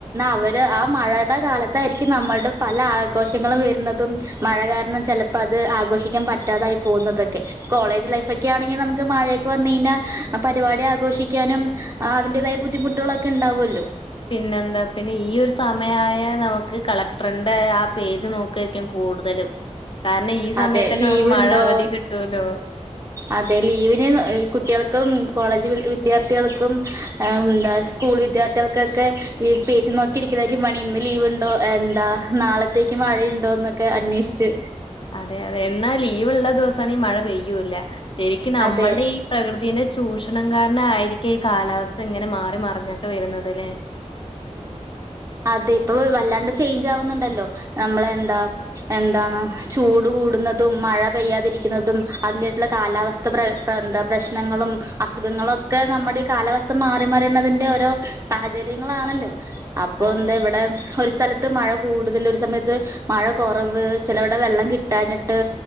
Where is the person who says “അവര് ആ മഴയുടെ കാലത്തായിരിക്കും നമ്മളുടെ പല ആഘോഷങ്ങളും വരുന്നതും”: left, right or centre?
Right